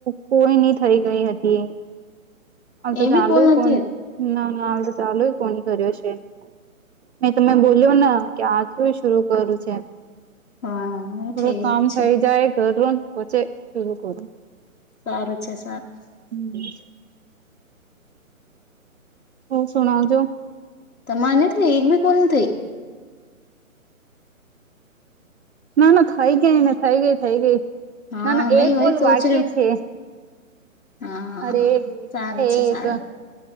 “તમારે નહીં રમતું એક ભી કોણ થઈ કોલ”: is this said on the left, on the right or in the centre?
Left